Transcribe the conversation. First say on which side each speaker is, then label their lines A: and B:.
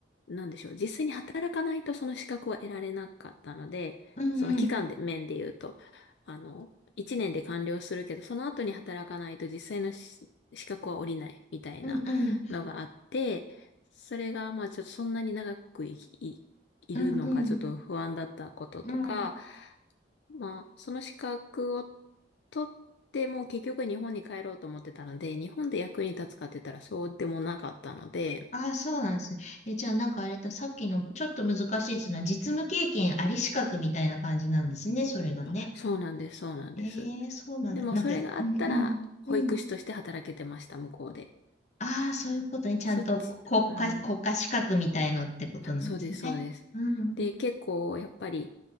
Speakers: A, on the left; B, on the left.
A: なんでしょう。実際に働かないとその資格は得られなかったので、
B: うんうん
A: その期間で、面で言うと、あの、1年で完了するけど、その後に働かないと実際のし資格は下りないみたいなのがあって、
B: うんう
A: それが、まあちょっとそんなに長くい、い、いるのかちょっと不安だったこととか、
B: んうんうん
A: まあ、その資格を取っても結局日本に帰ろうと思ってたので、日本で役に立つかって言ったらそうでもなかったので、
B: ああ、そうなんですね。え、じゃあなんかあれだ、さっきのちょっと難しいっていうのは実務経験あり資格みたいな感じなんですね、それがね。
A: あそうなんです、そうなんです。
B: ええ、そうなんだ。
A: でもそれがあったら、
B: なんか、うんうん、
A: 保育士として働けてました、
B: うん。
A: 向こうで。
B: ああ、そういうことね。ちゃんとこ国家、
A: そっち、うん、
B: 国家資格みたいのってことなんですね。
A: あ、そうです、そうです。
B: うん
A: で、結構やっぱり、